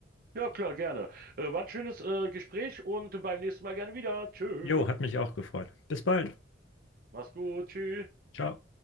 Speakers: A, on the right (about 50°); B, on the left (about 80°).
A: ja, klar, gerne. Äh, war ein schönes äh, Gespräch und beim nächsten Mal gerne wieder. Tschö.
B: Jo, hat mich auch gefreut. Bis bald.
A: Mach's gut. Tschüss.
B: Ciao.